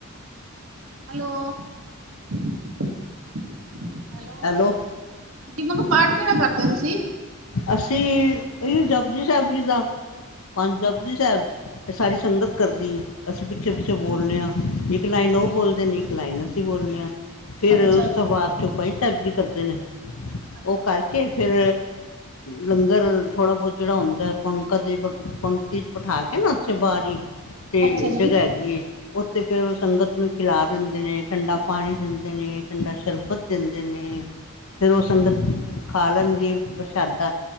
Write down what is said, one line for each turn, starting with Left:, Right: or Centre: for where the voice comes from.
Right: ਹੈਲੋ ਹੈਲੋ
Left: ਹੈਲੋ
Right: ਹਾਂਜੀ ਮ ਕਿਹਾ ਪਾਠ ਕਿਹੜਾ ਕਰਦੇ ਹੋ ਤੁਸੀਂ
Left: ਅਸੀਂ, ਇਹੀ ਜਪਜੀ ਸਾਹਿਬ ਜੀ ਦਾ। ਹ ਜਪਜੀ ਸਾਹਿਬ ਇਹ ਸਾਰੀ ਸੰਗਤ ਕਰਦੀ ਹੈਏ। ਅਸੀਂ ਪਿੱਛੇ-
Right: ਅੱਛਾ
Left: ਪਿੱਛੇ ਬੋਲਦੇ ਹਾਂ। ਇੱਕ ਲਾਈਨ
Right: ਅੱਛਾ
Left: ਉਹ
Right: ਜੀ
Left: ਬੋਲਦੇ ਨੇ, ਇੱਕ ਲਾਈਨ ਅਸੀਂ ਬੋਲ ਬੋਲਿਆ ਫੇਰ
Right: ਅੱਛਾ
Left: ਉਸ
Right: ਅੱਛਾ ਜੀ
Left: ਤੋਂ ਬਾਅਦ ਚੋਂਪਾਈ ਸਾਹਿਬ। ਕਰਦੇ ਨੇ
Right: ਅੱਛਾ
Left: ਉਹ ਕਰਕੇ
Right: ਜੀ
Left: ਫੇਰ, ਲੰਗਰ, ਥੋੜ੍ਹਾ ਬਹੁਤ ਜਿਹੜਾ ਹੁੰਦਾ ਪੰਗਤ- ਪੰਕਤੀ ਚ ਬਿਠਾ ਕੇ ਨਾ, ਉੱਥੇ ਬਾਹਾਰੀ ਤੇ
Right: ਅੱਛਾ ਜੀ
Left: ਜਗਾ ਹੇਗੀਏ। ਉੱਥੇ ਫਿਰ ਉਹ ਸੰਗਤ ਨੂੰ ਖਿਲਾ ਦਿੰਦੇ ਨੇ, ਠੰਡਾ ਪਾਣੀ ਦਿੰਦੇ ਨੇ, ਠੰਡਾ ਸ਼ਰਬਤ ਦਿੰਦੇ ਨੇ। ਹ ਫਿਰ ਉਹ ਸੰਗਤ ਖਾ ਲੈਣ ਦੀ ਪ੍ਰਸ਼ਾਦਾ।